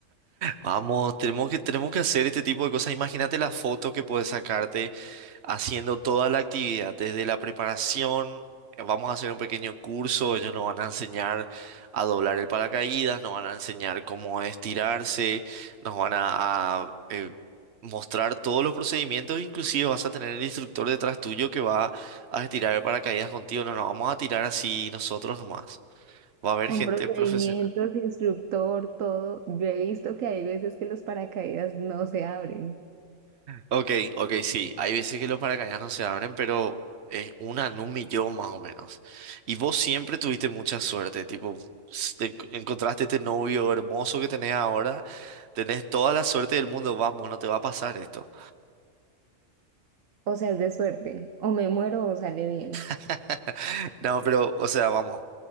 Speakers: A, on the right; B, on the right.
A: Vamos, tenemos que, tenemos que hacer este tipo de cosas. Imagínate las fotos que puedes sacarte haciendo toda la actividad, desde la preparación. eh, Vamos a hacer un pequeño curso, ellos nos van a enseñar a doblar el paracaídas, nos van a enseñar cómo estirarse, nos van a, a, eh, mostrar todos los procedimientos, inclusive vas a tener el instructor detrás tuyo que va a estirar el paracaídas contigo. No nos vamos a tirar así nosotros nomás. Va a haber
B: Con
A: gente
B: procedimientos,
A: profesional.
B: instructor, todo, yo he visto que hay veces que los paracaídas no se abren,
A: Ok, ok, sí. Hay veces que los paracaídas no se abren, pero es una en un millón más o menos. Y vos siempre tuviste mucha suerte, tipo, s- te enc- encontraste este novio hermoso que tenés ahora, tenés toda la suerte del mundo, vamos, no te va a pasar esto.
B: o sea, es de suerte, o me muero o sale bien.
A: <laughs> No, pero, o sea, vamos,